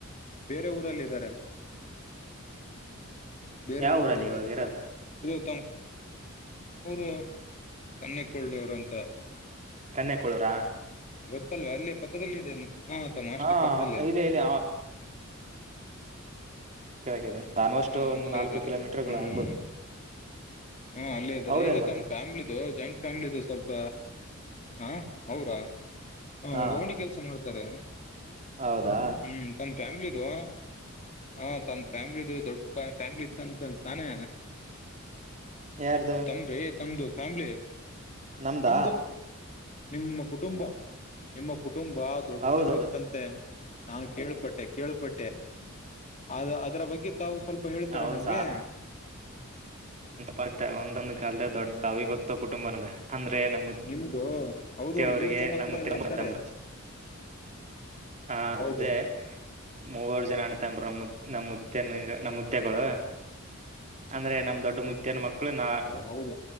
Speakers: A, on the left; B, on the right.
A: ಬೇರೆ ಊರಲ್ಲ ಇದಾರೆ ಬೇರೆ
B: ಯಾವ
A: ಊರಲ್ಲ
B: ಊರಲ್ಲಿ
A: ಇದಾರೆ
B: ಇವಾಗ
A: ಅವರು
B: ಇರೋದು
A: ತ ಅವರು ಕನ್ನಿಕೊಳ್ಳಿವ್ರಂತ
B: ಕನ್ಯಕಳೂರ
A: ಗತ್ತಲ್ವಾ ಅಲ್ಲೇ ಪಕ್ಕದದಲ್ಲಿ ಇದೇನೆ ನತ್ತ ಮಷ್ಟಲ್
B: ಹಾ
A: ಪಕ್ಕದಲ್ಲೇ
B: ಇಲ್ಲಿ ಇಲ್ಲಿ ಕೆಿದೆ ಆಲ್ಮೋಸ್ಟ್
A: ಹಾ
B: ಒಂದು
A: ಅಲ್ಲೇ
B: ನಾಲ್ಕು
A: ಇದ್ದಾರೆ
B: ಕಿಲೋಮೀಟರ್ಗಳು
A: ಹ್ಮ್
B: ಆಗ್ಬೋದು
A: ಹಾ ಅಲ್ಲೇ ಇದ್ದಾರೆ
B: ಅವ್ರ
A: ಇದು
B: ಏನ್ ಮಾಡ್ತಾರೆ
A: ತಮ್ಮ್ ಫ್ಯಾಮ್ಲಿಿದು ಜಾಯಿಂಟ್ ಫ್ಯಾಮಿಲಿ ಇದು ಸ್ವಲ್ಪ ಹ ಹೌರಾ ಹ
B: ಹಾ
A: ಗೌಂಡಿ ಕೆಲ್ಸ ಮಾಡ್ತಾರೆ
B: ಹೌದಾ
A: ಹ್ಮ್ ತಮ್ಮ ಫ್ಯಾಮಿಲಿಿದು ಹಾ ತಮ್ಮ ಫ್ಯಾಮಿಲಿದ ದೊಡ್ಡ ಫ್ಯಾಮಿಲಿ ಇತ್ತಂತ ತಾನೇ
B: ಯಾರ್ದು
A: ತಮ್ರೀ ತಮ್ದು ಫ್ಯಾಮ್ಲಿ
B: ನಮ್ದಾ
A: ನಿಮ್ದು ನಿಮ್ಮ ಕುಟುಂಬ ನಿಮ್ಮ ಕುಟುಂಬ ದೊಡ್ಡದು
B: ಹೌದೌದು
A: ಇತ್ತಂತೆ ನಾನು ಕೇಳಳ್ಪಟ್ಟೆ ಕೇಳಪಟ್ಟೆ ಅದು ಅದರ ಬಗ್ಗೆ ತಾವು ಸ್ವಲ್ಪ ಹೇಳ್ತೀರ
B: ಹೌದ್
A: ನಮ್ಗೆ
B: ಸಾ ಮತ್ತೆ ಒಂದೊಂದಂದು ಕಾಲದ ದೊಡ್ ಅವಿಭಕ್ತ ಕುಟುಂಬ ಅದ ಅಂದ್ರೆ ನಮ್ಮ
A: ನಿಮ್ದು ಹೌದು
B: ತೆವ್ರಿಗೆ
A: ಊರ್ ಜನ
B: ನಮ್ಮ
A: ಕೂಡ
B: ತಿಮ್ಮತ್ತಂಬ
A: ಹೇಳ್ತಾರೆ
B: ಹಾ
A: ಹೌದು
B: ಅದೇ ಮೂವರು ಜನ ಅ ನುತ್ತ ನಮ್ಮುತ್ತೆಗಳು ಅಂದ್ರೆ ನಮ ದೊಡ್ಡ ಮುತ್ಯಾನ ಮಕ್ಕಳ ನಾ
A: ಹೌದು